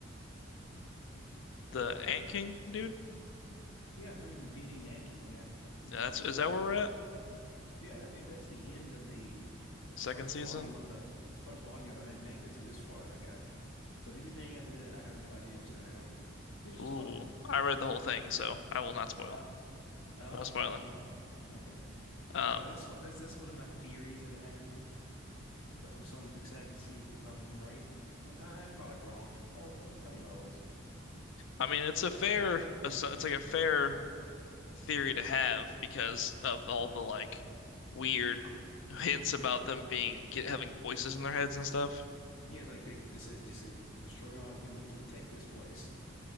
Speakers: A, on the left (about 65°); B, on the left (about 85°).
A: The Ant King dude?
B: Yeah, him beating that king. Yeah,
A: Yeah, That's is that where we're at?
B: yeah. I think that's the end of the
A: Second
B: first
A: season?
B: volume of the first volume of that manga too. As far as I got. So anything after that, I have no idea what's gonna happen, which
A: Ooh,
B: is fun.
A: I read the whole thing, so I will not spoil.
B: Uh, oh,
A: No spoiling.
B: okay, okay.
A: Um,
B: So that's what that's that's one of my theories of the anime. But I'm so I'm excited to see if I'm right. I, am probably wrong. But I, it's funny if I was.
A: I mean, it's a fair, it's like a fair theory to have because of all the like weird
B: Cl-
A: hints about
B: Yeah,
A: them being get, having voices in their heads and stuff.
B: yeah. Like they, it says, just uh, destroy all humans, protect this place.